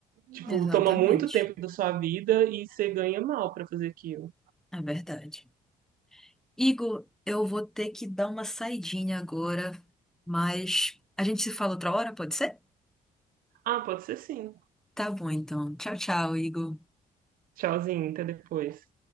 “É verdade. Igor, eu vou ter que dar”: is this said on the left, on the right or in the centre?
Centre